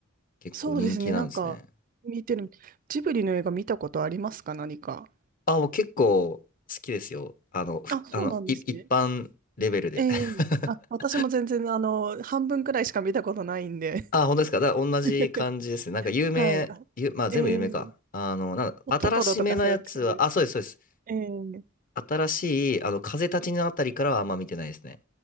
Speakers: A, on the left (about 40°); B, on the right (about 40°).
A: 結構人気なんですね。
B: そうですね。なんか、見てる。ジブリの映画見たことありますか何か。
A: あ、もう結構好きですよ。あの、ふあの、
B: あ、そうなんですね。
A: い、一般レベルで。
B: ええあ、
A: <laughs>
B: 私も全然、あの、半分くらいしか見たことないんで。
A: あ、本当ですか。だから同じ感じですね。
B: <laughs>
A: なんか有名、
B: はい。<laughs> あええ
A: ゆ、まあ全部有名か。あの、なんだ、
B: トトロとかそういう感じです。
A: 新しめのやつは、あ、そうです、そうです。
B: ええ
A: 新しい、あの、風立ちぬあたりからはあんま見てないですね。